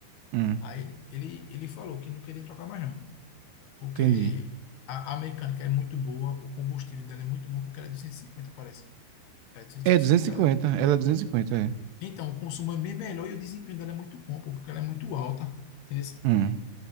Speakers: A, on the right (about 85°); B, on the left (about 70°).
A: hum.
B: aí ele, ele, ele falou que não queria trocar mais não. porque
A: Entendi.
B: a, a mecânica é muito boa, o combustível dela é muito bom, porque ela é 250 parece. É 250
A: É duzentos
B: cilindros,
A: e cinquenta.
B: né?
A: ela é 250 é.
B: Então, o consumo é bem melhor e o desempenho dela é muito bom, pô, porque ela é muito alta. Entendeu?
A: Hum.